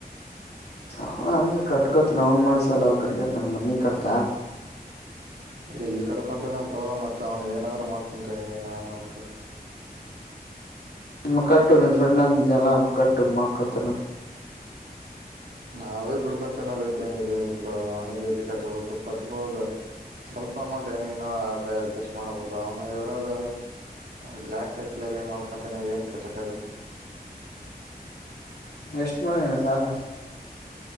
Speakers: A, on the left; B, on the right.
A: ಸಾಲ ಅಂದ್ರ ಕಟ್ಕೋತ ನ ಅವನ್ ಮಾಡಿಸಾಲ ಅವ ಕಟ್ಕಂತ ಮನಿ ಕಟ್ತ
B: ಇಲ್ಲಿ ಕಡ್ಕೊಂತನ ಬೋ ಮತ್ತತ್ ಅವ್ನು ಏನಾದ್ರರು ಮಾಡ್ಕೊಂತಿ ಏನ ಮಾಡ್ಕ
A: <inaudible> ನ ಕಟ್ಟುನ್ ಫ್ರೆಂಡ ಅಲ್ಲ ಕಟ್ಟು ಮಾ ಕತ್ತನ.
B: ನಾವೇ ಬಿಡ್ಕೊಂತನೋದ ಹೆಂಗಿದ್ ಇಬ್ರು ಅವ್ನಿಗೆ ಎಲ್ಲಿ ಕಾ ಹಬೇಕು. ಕಟ್ಬೋದು ಸ್ವಲ್ಪ ಅಮೌಂಟ್ ಏನನು ಆದ್ರ ಅಡ್ಜಸ್ಟ್ ಮಾಡ್ಬೋದು ಅವನು ಇರ್ದ ಒಂದು ಲಾಕ್ ಕಟ್ಲಲ್ಲಿ ಮಾಡ್ಕೊಂತಾನೆ ಹೆಂಗ್ ಕಟ್ಟಕ್ ಆಗತ್ತೆ.
A: ಎಷ್ಟ ಮಾಡನು ಸಾಲ